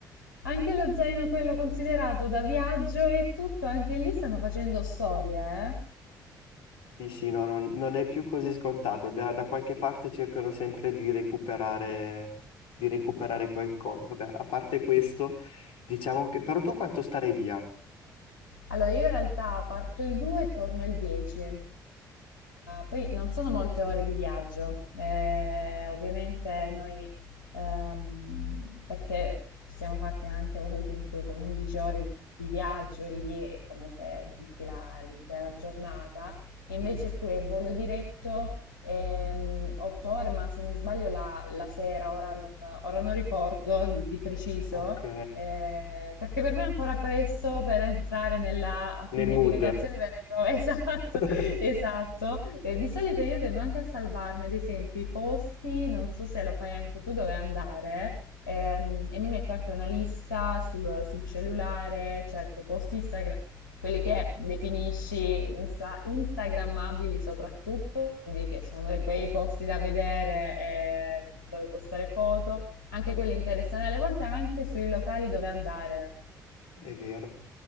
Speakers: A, on the left; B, on the left.
A: anche lo zaino quello considerato da viaggio e tutto, anche lì stanno facendo storie, eh?
B: Sì, sì, no, non, non è più così scontato. Da, da qualche parte cercano sempre di recuperare, di recuperare qualcosa. Vabbè, a parte questo, diciamo che... Però tu quanto starei via?
A: Allora, io in realtà parto il 2 e torno il 10. Eh, poi non sono
B: Ok,
A: molte ore di viaggio. Eh, ovviamente noi, ehm, perché ci siamo fatti anche volte in cui con 11 ore di viaggio e lì è come se butti la- l'intera giornata. Invece
B: mm,
A: qui è volo diretto, ehm, 8 ore, ma se non sbaglio la, la sera, ora non, ora non ricordo di di preciso
B: ok,
A: eh, perché per me è ancora presto per entrare nella pianificazione
B: nel mood.
A: vera e propria. <laughs> Esatto,
B: <laughs>
A: esatto. Eh, di solito io tendo anche a salvarmi, ad esempio, i posti, non so se lo fai anche tu, dove andare. ehm, e mi metto anche una lista sul, sul cellulare, cerco post Instagram, quelli che definisci insta- instagrammabili soprattutto, quindi che sono dei bei posti da vedere, eh, dove postare foto anche quelli interessanti, alle volte anche sui locali dove andare.
B: È vero.